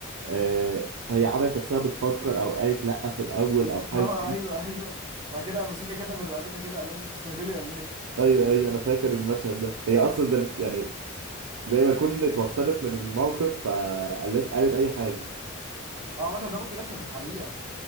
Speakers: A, on the right; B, on the right.
A: آه هي عملت نفسها بتفكر او قالت لا في الاول او حاجه
B: <laughs> اه ايوه ايوه بعد كده قام ماسكها كده من رقبتها كده قال لها انت بتستهبلي ولا ايه؟
A: ايوه ايوه انا فاكر المشهد ده هي اصلا ده بت- يعني زي ما كنت اتوترت من الموقف فقالت قالت اي حاجه
B: اه مثلا ده ممكن يحصل في الحقيقه